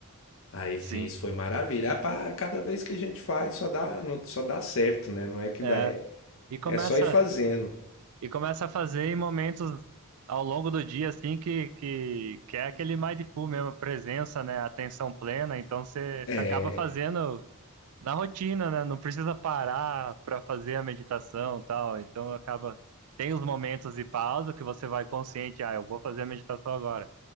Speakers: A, on the left (about 65°); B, on the right (about 70°).
A: Aí
B: sim.
A: fiz, foi maravilha. Ah, pá, cada vez que a gente faz, só dá, não- só dá certo, né? Não é que
B: É,
A: dá, é,
B: e começa
A: é só ir fazendo.
B: e começa a fazer em momentos ao longo do dia assim que que, que é aquele mindful mesmo, presença, né, atenção plena, então você
A: É,
B: acaba fazendo na rotina, né? Não precisa parar para fazer a meditação, e tal. Então acaba tem os momentos de pausa que você vai consciente, ah, eu vou fazer a meditação agora.